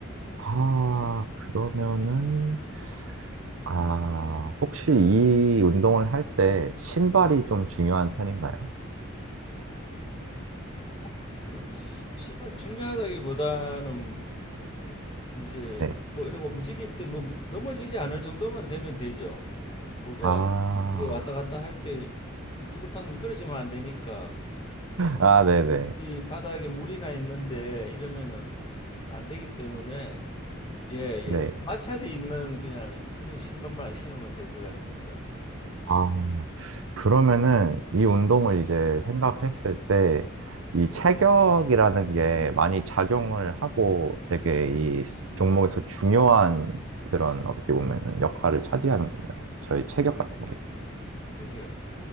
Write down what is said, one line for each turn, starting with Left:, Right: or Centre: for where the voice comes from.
Right: 아, 그러면은 아, 혹시 이 운동을 할 때 신발이 좀 중요한 편인가요?
Left: 그, 그 신발 중요하다기보다는 이제
Right: 네.
Left: 뭐 이러고 움직일 때 뭐 넘어지지 않을 정도만 되면 되죠. 뭐가
Right: 아,
Left: 이래 왔다 갔다 할 때 쭈글탕 미끄러지면 안 되니까
Right: 아, 네네.
Left: 이 바닥에 물이나 있는데 이러면은 안 되기 때문에 예, 예.
Right: 네.
Left: 마찰이 있는 그냥 그런 신발만 신으면 될 것 같습니다.
Right: 아, 그러면은 이 운동을 이제 생각했을 때
Left: 네.
Right: 이 체격이라는 게 많이 작용을 하고 되게 이 종목에서 중요한
Left: 네.
Right: 그런 어떻게 보면은 역할을 차지하는 건가요? 저희 체격 같은 게.
Left: 체격.